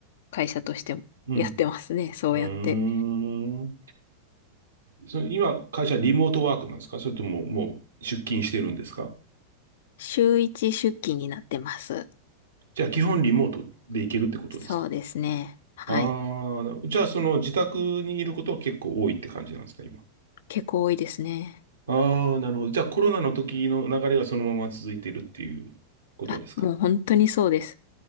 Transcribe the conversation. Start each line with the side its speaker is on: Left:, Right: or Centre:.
Left: 会社としてもやってますね。
Right: うん。
Left: そうやって。
Right: うん。ーん。それ今、会社リモートワークなんですかそれとももう出勤してるんですか
Left: 週一出勤になってます。
Right: じゃあ基本リモートで行けるってことですか
Left: そうですね。はい。
Right: ああー、なじゃあその自宅にいることは結構多いって感じなんですか今。
Left: 結構多いですね。
Right: ああ、なるほど。じゃあコロナの時の流れがそのまま続いてるっていうことですか。
Left: あ、もう本当にそうです。